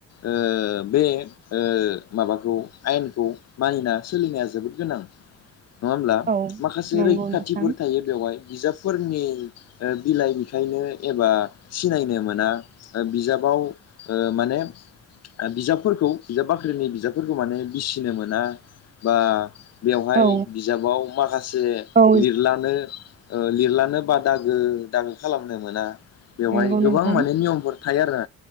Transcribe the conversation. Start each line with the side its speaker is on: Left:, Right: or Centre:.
Left: ओ बे ओ माबाखौ आयेनखौ मानिना सोलिनाया जोबोद गोनां नङा होमब्ला
Right: औ
Left: माखासे
Right: नंगौ
Left: रैखाथिफोर
Right: नोंथां
Left: थायो बेवहाय बिजाब फोरनि ओ बिलाइ बिखायनो एबा सिनायनो मोना बिजाबाव ओ माने बिजाबफोरखौ बिजाब बाख्रिनि बिजाबफोरखौ माने बिसिनो मोना बा बेवहाय
Right: औ
Left: बिजाबाव माखासे
Right: औ
Left: लिरल्लानो ओ लिरलानो बा दागो दागो खालामनो मोना बेवहाय
Right: नंगौ
Left: गोबां
Right: नोंथां
Left: माने नियमफोर थायो आरो